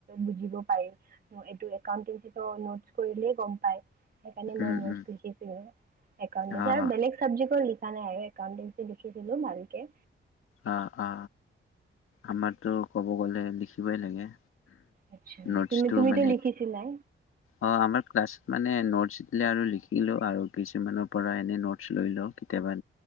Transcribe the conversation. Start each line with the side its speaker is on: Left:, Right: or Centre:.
Right: বুজিব পাৰি এইটো একাউটে নোট কৰিলে গম প সেইকাৰণে
Left: উম
Right: মই নখিছিলো
Left: উম
Right: হে কাৰনে
Left: অ
Right: বেলেগ চব্জি কৰিি নাই আৰু এউটেঞ্চি লিখি দিলো ভালকে
Left: অ অ আমাৰটো ক'ব গ'লে লিখিবই লাগে
Right: আচচ্ছা
Left: নোটছটো
Right: তুমি তুমিতো
Left: মানে
Right: লিখিছিলাই
Left: অ আমাৰ ক্লাছত মানে নটছ দিলে আৰু লিখিলো আৰু কিছুমানৰ পৰা এনে নটছ লৈ লও কেতিয়াবা